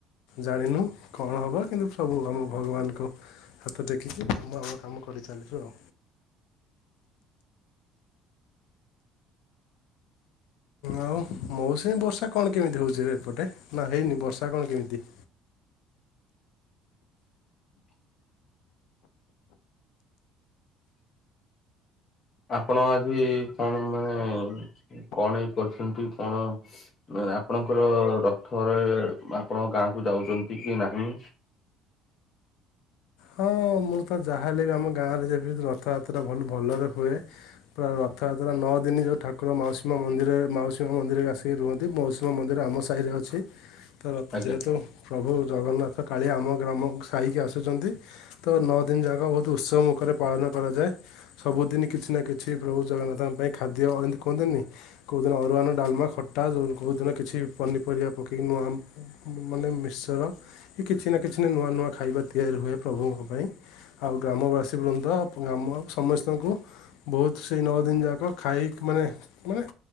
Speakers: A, on the left (about 80°); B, on the left (about 40°).
A: ଜାଣିନୁ କଣ ହେବ। କିନ୍ତୁ ପ୍ରଭୁ ସବୁ ଆମ ଭଗବାନଙ୍କ ହାତ ଟେକିକି କାମ ଆମ କାମ କରିଚାଲିଚୁ ଆଉ। ଆଉ ମୌସୁମୀ ବର୍ଷା କଣ କେମିତି ହଉଚି ରେ ଏପଟେ ନା ହେଇନି ବର୍ଷା କଣ କେମିତି?
B: ଆପଣ ଆଜି କଣ ମାନେ କଣ ଇ କରିଚନ୍ତି କଣ? ଆପଣଙ୍କର ରଥରେ ଆପଣ ଗାଁକୁ ଯାଉଛନ୍ତି କି ନାହିଁ।
A: ହଁ ମୁଁ ତ ଯାହା ହେଲେ ବି ଆମ ଗାଁରେ ଯେମି ରଥଯାତ୍ରା ଭଲ ଭଲରେ ହୁଏ। ପୁରା ରଥଯାତ୍ରା ନଅ ଦିନ ଯଉ ଠାକୁର ମାଉସୀ ମନ୍ଦିର ମାଉସୀ ମା ମନ୍ଦିରରେ ଆସିକି ରୁହନ୍ତି ମାଉସୀ ମନ୍ଦିର ଆମ ସାହିରେ ଅଛି। ତର
B: ଆଜ୍ଞା
A: ଯେହେତୁ ପ୍ରଭୁ ଜଗନ୍ନାଥ କାଳିଆ ଆମ ଗ୍ରାମ ସାହିକି ଆସୁଚନ୍ତି। ତ ନଅ ଦିନ ଯାକ ବହୁତ ଉତ୍ସବ ମୁଖରେ ପାଳନ କରାଯାଏ। ସବୁଦିନ କିଛି ନା କିଛି ପ୍ରଭୁ ଜଗନ୍ନାଥଙ୍କ ପାଇଁ ଖାଦ୍ୟ ଏନ୍ତି କୁହନ୍ତିନି। କୋଉଦିନ ଅରୁଆନ ଡାଲମା ଖଟା ଯୋଉ କଉଦିନ କିଛି ପନିପରିବା ପକେଇକି ନୂଆ ମାନେ ମଶ୍ଚର କି କିଛି ନା କିଛି ନା ନୂଆ ନୂଆ ଖାଇବା ତିଆରି ହୁଏ ପ୍ରଭୁଙ୍କ ପାଇଁ। ଆଉ ଗ୍ରାମବାସୀ ବୃନ୍ଦ ଗ୍ରାମ ସମସ୍ତଙ୍କୁ ବହୁତ ସେଇ ନଅ ଦିନ ଯାକ ଖାଇକି ମାନେ ମାନେ